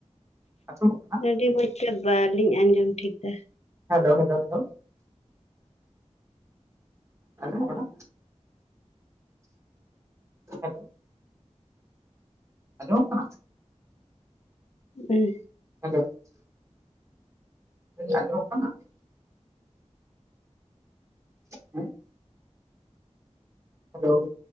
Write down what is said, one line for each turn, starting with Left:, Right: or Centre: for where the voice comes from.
Right: ᱟᱸᱡᱚᱢᱚᱜ ᱠᱟᱱᱟ
Left: ᱟᱹᱰᱤ ᱢᱚᱡᱽ ᱛᱮ ᱵᱟᱹᱞᱤᱧ ᱟᱸᱡᱚᱢ ᱴᱷᱤᱠ ᱮᱫᱟ
Right: ᱦᱮᱞᱳ ᱦᱮᱞᱳ ᱦᱮᱞᱳ ᱟᱸᱡᱚᱢᱚᱜ ᱠᱟᱱᱟ ᱦᱮᱞᱳ ᱟᱸᱡᱚᱢᱚᱜ ᱠᱟᱱᱟ ᱥᱮ
Left: ᱦᱮᱸ
Right: ᱦᱮᱞᱚ ᱟᱸᱡᱚᱢᱚᱜ ᱠᱟᱱᱟ᱾ ᱦᱮᱸ ᱦᱮᱞᱳ